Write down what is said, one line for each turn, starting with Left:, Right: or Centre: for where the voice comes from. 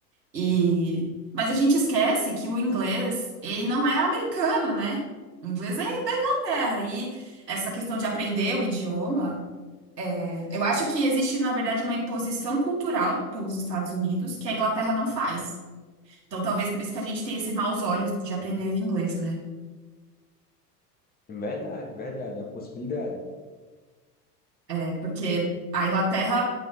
Right: E... Mas a gente esquece que o inglês, ele não é americano, né? O inglês é da Inglaterra. E essa questão de aprender o idioma, eu acho que existe, na verdade, uma imposição cultural pelos Estados Unidos que a Inglaterra não faz. Então, talvez por isso que a gente tem esse maus olhos de aprender inglês, né?
Left: verdade, verdade, é uma possibilidade.
Right: É porque a Inglaterra,